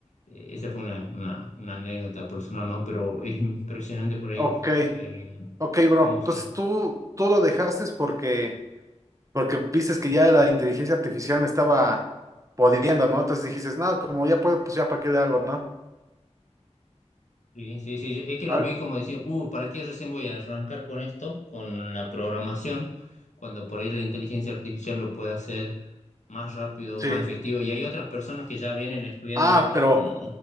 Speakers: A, on the left; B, on the right.
A: eh, esa fue una, una- una anécdota personal, ¿no? Pero es impresionante por ahí
B: Ok,
A: eh,
B: ok, bro.
A: cómo
B: Entonces
A: se,
B: tú, tú lo dejaste porque Porque viste que ya la inteligencia artificial me estaba podiendo, ¿no? Entonces dijiste, no, como ya puedo, pues ya para qué le hago, ¿no?
A: Sí, sí, sí, es que lo
B: Al-
A: vi como decir, uh, ¿para qué recién voy a arrancar con esto, con la programación, cuando por ahí la inteligencia artificial lo puede hacer más rápido,
B: sí.
A: más efectivo? Y hay otras personas que ya vienen estudiando
B: Ah,
A: esto
B: pero,
A: como